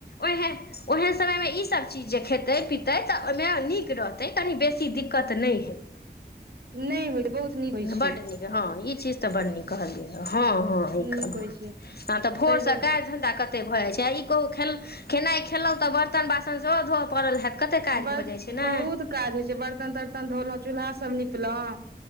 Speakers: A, on the left; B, on the right.
A: ओह ओहन समयमे ई सब चीज जे खेत खेते पिते तऽ ओय मे नीक रहते तनी बेसी दिक्कत नहि
B: नहि होय बहुत नीक होइ छै
A: बड नीक हँ ई चीज तऽ बड नीक कहलियै हँ हँ ई
B: नीक
A: कहल
B: होइ
A: ह
B: छै
A: तऽ भोरसँ
B: ताहि दुआरे
A: काज धंधा क कते भऽ जाइ छै आ ई कहू खेनाई खेलहुँ तऽ बर्तन बासन सेहो धोऽ पड़ल हेत कते काज
B: बड़
A: भऽ जाइ छै ने
B: बहुत काज होइ छै बर्तन तर्तन धोलहुं चूल्हा सब निपलहुँ